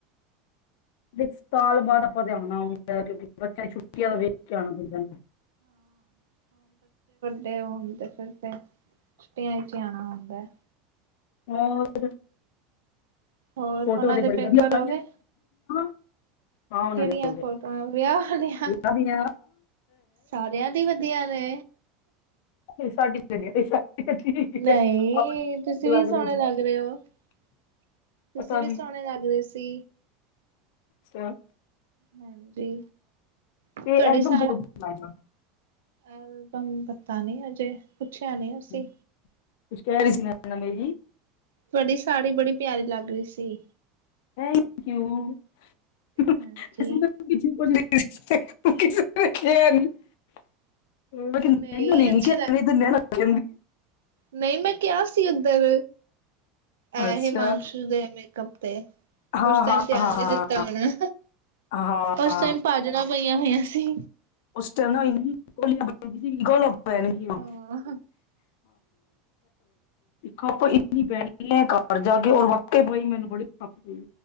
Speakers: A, on the left; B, on the right.
A: ਸਾਲ ਬਾਅਦ ਆਪਾਂ ਤੇ ਆਣਾ ਹੁੰਦਾ ਕਿਉਂਕਿ ਬੱਚਿਆ ਦੀ ਛੁੱ ਦਾ ਵੇਖ ਕੇ ਆਣਾ ਪੈਂਦਾ।
B: ਉਹਣ ਤੇ ਫਿਰ ਤੇ, ਛੁੱਟੀਆਂ ਚ ਆਣਾ ਹੁੰਦਾ।
A: ਹੌਰ,
B: ਹੋਰ
A: ਫੋਟੋਆਂ
B: ਉਹਨਾਂ
A: ਤੇ
B: ਦੇ
A: ਬੜੀ
B: ਪੇਪਰ
A: ਵਧੀਆ
B: ਹੋ ਗਏ।
A: <unintelligible> ਹਾਂ ਉਹਨਾਂ
B: ਕਿਹੜੀਆਂ
A: ਦੇ ਹੋ ਗਏ
B: ਫੋਟੋਆਂ ਵਿਆਹ ਵਾਲੀਆਂ
A: ਦੀਆਂ
B: ਸਾਰਿਆਂ ਦੀ ਵਧੀਆ ਨੇ,
A: <unintelligible> ਠੀਕ
B: ਨਹੀਂ
A: ਹੈ ਆਪਣੀ
B: ਤੁਸੀਂ ਵੀ ਸੋਹਣੇ
A: ਰਿਹਾ ਜੀ
B: ਲੱਗ ਰਹੇ ਹੋ ਤੁਸੀਂ
A: ਪਤਾ ਨਹੀਂ
B: ਵੀ ਸੋਹਣੇ ਲੱਗ ਰੇ ਸੀ,
A: ਸਰ
B: ਹਾਂਜੀ ਤੁਹਾਡੇ
A: ਤੇ ਐਲਬਮ
B: ਸ
A: ਕਦੋਂ ਬਣਾਇਆ
B: ਐਲਬਮ ਪਤਾ ਨੀ ਹਜੇ। ਪੁੱਛਿਆ ਨੀ ਅਸੀਂ।
A: ਕੁਛ ਕਹਿ ਰਹੀ ਸੀ। <unintelligible>
B: ਤੁਹਾਡੀ ਸਾੜੀ ਬੜੀ ਪਿਆਰੀ ਲੱਗ ਰਹੀ ਸੀ।
A: ਥੈਂਕ ਯੂ <unintelligible> <unintelligible>
B: ਹਾਂਜੀ।
A: <unintelligible>
B: ਨਹੀਂ ਅੱਛੀ ਲੱਗ
A: ਕਹਿੰਦੀ,
B: ਨਹੀਂ ਮੈਂ ਕਿਹਾ ਸੀ ਉੱਧਰ ਐ
A: ਅੱਛਾ
B: ਹਮਾਨਸ਼ੂ ਦੇ ਮੇ <unintelligible>
A: ਹਾਂ
B: ਉਸ ਟਾਈਮ
A: ਹਾਂ
B: ਧਿਆਨ ਨੀ
A: ਹਾਂ
B: ਦਿੱਤਾ ਹੋਣਾ
A: ਹਾਂ
B: ਉਸ
A: ਹਾਂ
B: ਟਾਈਮ ਭਾਜੜਾ ਪਈ ਹੋਈਆਂ ਸੀ।
A: ਉਸ ਟਾਈਮ <unintelligible> ਪੈਣਗੀ ਆ
B: ਹਾਂ।
A: ਖੱਪ ਇੰਨੀ ਪੈ ਰਹੀ ਐ ਘਰ ਜਾ ਕੇ ਔਰ ਵਾਕ ਪਾਈ ਮੈਨੂੰ ਬੜੀ ਪਈ ਹੋਈ।